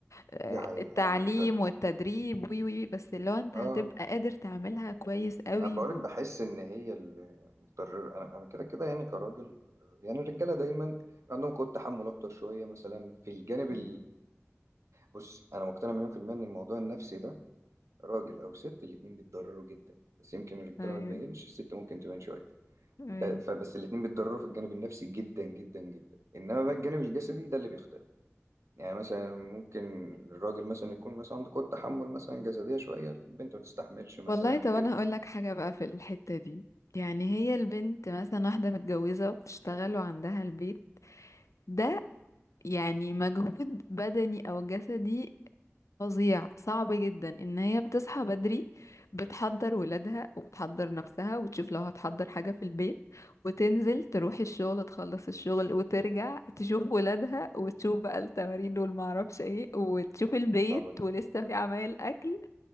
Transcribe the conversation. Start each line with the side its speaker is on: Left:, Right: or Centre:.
Left: آه،
Right: دي حقيقة
Left: التعليم
Right: يعني انت
Left: والتدريب وي وي بس اللي هو انت
Right: اه
Left: هتبقى قادر تعملها كويس قوي
Right: انا بقولك
Left: و...
Right: بحس ان هي المتضرر انا انا كده كده يعني كراجل يعني الرجالة دايما عندهم قوة تحمل اكتر شوية مثلا في الجانب
Left: مم.
Right: بص انا مقتنع مليون في المية ان الموضوع النفسي ده راجل او ست الاتنين بيتضرروا جدا بس يمكن الرجاله
Left: ايوه
Right: ما تبينش الست ممكن تبين شويه
Left: ايوه
Right: ب- فبس الاتنين بيتضرروا في الجانب النفسي جدا جدا جدا انما بقى الجانب الجسدي ده اللي بيختلف يعني مثلا ممكن الراجل مثلا يكون مثلا عنده قوة تحمل مثلا جسدية شوية البنت ما تستحملش مثلا
Left: والله طب
Right: كده
Left: انا هقول لك حاجه بقى في الحته دي يعني هي البنت مثلا واحده متجوزه وبتشتغل وعندها البيت ده يعني مجهود بدني او جسدي فظيع صعب جدا ان هي بتصحى بدري بتحضر ولادها وبتحضر نفسها وبتشوف لو هتحضر حاجه في البيت وتنزل تروح الشغل تخلص الشغل وترجع تشوف ولادها وتشوف بقى التمارين والمعرفش ايه وتشوف البيت
Right: صعبة جداً.
Left: ولسه في عمايل اكل